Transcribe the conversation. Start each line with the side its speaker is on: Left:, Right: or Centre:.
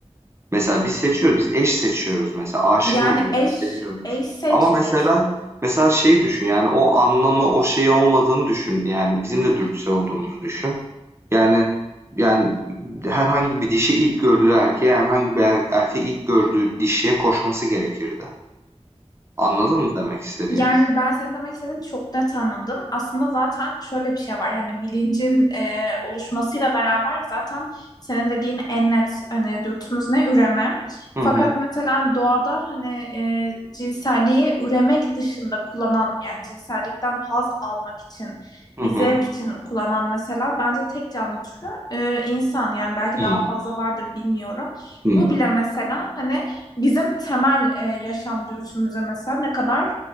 Right: Mesela biz seçiyoruz, biz eş seçiyoruz mesela, aşık
Left: Yani
Right: oluyoruz,
Left: eş
Right: seviyoruz.
Left: eş seçmek
Right: Ama mesela mesela şeyi düşün yani o anlamı, o şeyi olmadığını düşün yani bizim de dürtüsel olduğumuzu düşün. Yani yani herhangi bir dişi ilk gördüğü erkeğe, herhangi bir er- erkeği ilk gördüğü dişiye koşması gerekirdi. Anladın mı demek istediğimi?
Left: Yani ben senin demek istediğini çok net anladım. Aslında zaten şöyle bir şey var. Hani bilincin e, oluşmasıyla beraber zaten senin dediğin en net hani dürtümüz ne? Üreme.
Right: Hı
Left: Fakat
Right: hı,
Left: mesela doğada hani e, cinselliği üremek dışında kullanan yani cinsellikten haz almak için
Right: hı
Left: bir
Right: hı,
Left: zevk için kullanan mesela bence tek canlı türü e, insan yani belki
Right: hı,
Left: daha fazla vardır bilmiyorum.
Right: hı,
Left: Bu bile mesela hani bizim temel e, yaşam dürtümüze mesela ne kadar